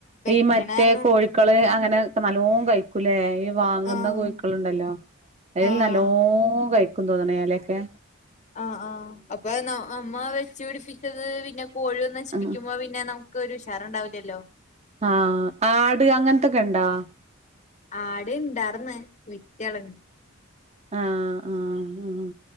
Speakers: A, on the left (about 35°); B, on the right (about 30°).
A: വെക്കണന്ന്
B: ഈ മറ്റേ കോഴിക്ക ക്കള് അങ്ങന നല്ലോ കയിക്ക്‌ ക്കൂല്ലേ ഈ വാങ്ങുന്ന
A: ആഹ്
B: കോഴിക്കള് ണ്ടല്ലോ അതിൽ
A: ആഹ്
B: നല്ലോ കയി ക്കു തോന്നണ്‌ എലെയക്കെ.
A: ആഹ് ആഹ് അപ്പൊ ന നമ്മ വെച്ചു പിടിപ്പിച്ചത് പിന്നെ കോഴിവന്ന് നശിപ്പിക്കുമ്പോ
B: ഉം
A: പിന്നെ നമ് മ്ക്കൊ രുഷാറണ്ടാവില്ലല്ലോ?
B: ആഹ് ആട് അങ്ങൻത്തൊക്കെ ഇണ്ടാ?
A: ആടിണ്ടാർന്ന് വിറ്റളഞ്ഞ്.
B: ആഹ് ആഹ് ആഹ്.